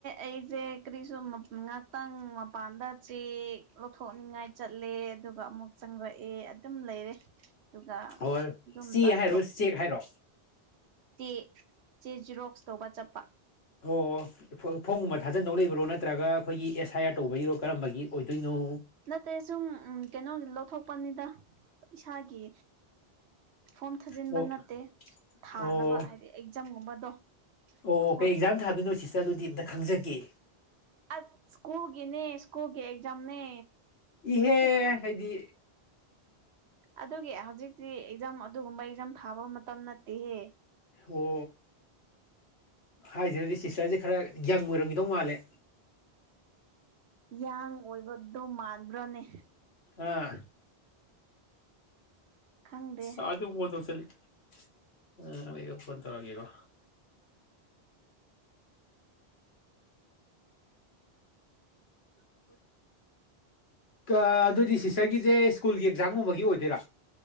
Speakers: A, on the right; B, on the left.
A: ꯑꯩꯁꯦ ꯀꯔꯤꯁꯨ ꯉꯍꯥꯛꯇꯪ ꯃꯄꯥꯟꯗ ꯆꯦꯛ ꯂꯧꯊꯣꯛꯅꯤꯡꯉꯥꯏ ꯆꯠꯂꯦ ꯑꯗꯨꯒ ꯑꯃꯨꯛ ꯆꯪꯔꯛꯑꯦ ꯑꯗꯨꯝ ꯂꯩꯔꯦ ꯑꯗꯨꯒ
B: ꯑꯣꯔ
A: ꯑꯗꯨꯝ
B: ꯆꯦ
A: ꯆꯥꯛ
B: ꯍꯥꯏꯔꯣ ꯆꯦꯛ ꯍꯥꯏꯔꯣ
A: ꯇꯦ ꯆꯦ ꯖꯤꯔꯣꯛꯁ ꯇꯧꯕ ꯆꯠꯄ
B: ꯑꯣ ꯐꯣꯝꯒꯨꯝꯕ ꯊꯥꯖꯟꯗꯧ ꯂꯩꯕ꯭ꯔꯣ ꯅꯠꯇ꯭ꯔꯒ ꯑꯩꯈꯣꯏꯒꯤ ꯑꯦꯁ ꯑꯥꯏ ꯑꯥꯔ ꯇꯧꯕꯒꯤꯔꯣ ꯀꯔꯝꯕꯒꯤ ꯑꯣꯏꯗꯣꯏꯅꯣ
A: ꯅꯠꯇꯦ ꯁꯨꯝ ꯀꯩꯅꯣ ꯂꯧꯊꯣꯛꯄꯅꯤꯗ ꯏꯁꯥꯒꯤ ꯐꯣꯝ ꯊꯥꯖꯤꯟꯕ
B: ꯑꯣ
A: ꯅꯠꯇꯦ ꯊꯥꯅꯕ
B: ꯑꯣ
A: ꯍꯥꯏꯗꯤ ꯑꯦꯛꯖꯥꯝꯒꯨꯝꯕꯗꯣ
B: ꯑꯣ
A: ꯍꯣꯏ
B: ꯀꯩ ꯑꯦꯛꯖꯥꯝ ꯊꯥꯣꯏꯅꯣ ꯁꯤꯁꯇꯔ ꯑꯗꯨꯗꯤ ꯑꯝꯇ ꯈꯪꯖꯒꯦ
A: ꯑꯁ ꯁ꯭ꯀꯨꯜꯒꯤꯅꯦ ꯁ꯭ꯀꯨꯜꯒꯤ ꯑꯦꯛꯖꯥꯝꯅꯦ
B: ꯏꯍꯦ
A: ꯑꯗꯨꯒꯤ
B: ꯍꯥꯏꯗꯤ
A: ꯑꯗꯨꯒꯤ ꯍꯧꯖꯤꯛꯇꯤ ꯑꯦꯛꯖꯥꯝ ꯑꯗꯨꯒꯨꯝꯕ ꯑꯦꯛꯖꯥꯝ ꯊꯥꯕ ꯃꯇꯝ ꯅꯠꯇꯦꯍꯦ
B: ꯑꯣ ꯍꯥꯏꯁꯤꯖꯤꯅꯗꯤ ꯁꯤꯁꯇꯔꯁꯦ ꯈꯔ ꯌꯪ ꯑꯣꯏꯔꯝꯈꯤꯗꯧ ꯃꯥꯜꯂꯦ
A: ꯌꯥꯡ ꯑꯣꯏꯕꯗꯣ ꯃꯥꯟꯕ꯭ꯔꯅꯦ
B: ꯑꯥ
A: ꯈꯪꯗꯦ
B: ꯂꯥꯔꯖꯨ ꯑꯃꯨꯛ ꯐꯣꯟ ꯇꯧꯁꯤꯜꯂꯛꯑꯦ ꯐꯣꯟ ꯇꯧꯔꯛꯑꯒꯦꯀꯣ <unintelligible> ꯑꯗꯨꯗꯤ ꯁꯤꯁꯇꯔꯒꯤꯁꯦ ꯁ꯭ꯀꯨꯜꯒꯤ ꯑꯦꯛꯖꯥꯝꯒꯨꯝꯕꯒꯤ ꯑꯣꯏꯗꯣꯏꯔꯥ